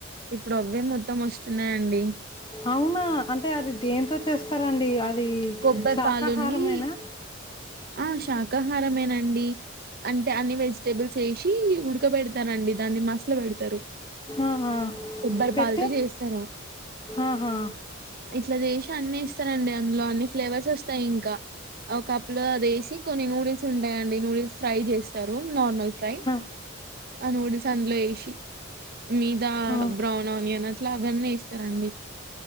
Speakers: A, on the right; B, on the left.
A: ఇప్పుడవ్వే మొత్తం వస్తున్నాయంండి
B: అవున అంటే అది దేంతో చేస్తారండి అది
A: కొబ్బరి
B: శాకాహారమేనా
A: పాలుని ఆ శాకాహారమేనండి అంటే టె అన్ని వెజిటేబుల్స్ వేసి ఉడకబెడతారండి దాన్ని మసలు పెడతారు
B: ఆహా
A: కొబ్బరి
B: పెట్టి
A: పాల్తో చేస్తారు
B: ఆహా
A: ఇట్ల చేసి అన్ని వేస్తరండి అందులో అన్ని ఫ్లేవర్స్ వస్తాయి ఇంకా ఒక కప్ లో అదేసి కొన్ని నూడిల్స్ ఉంటాయండి నూడిల్స్ ఫ్రై చేస్ స్తారు నార్మల్ ఫ్రై
B: ఆ,
A: ఆ నూడిల్స్ అందులో వేసి మీద
B: ఆ,
A: బ్రౌన్ ఆనియన్ అట్లా అవన్నీ ఎస్తారండి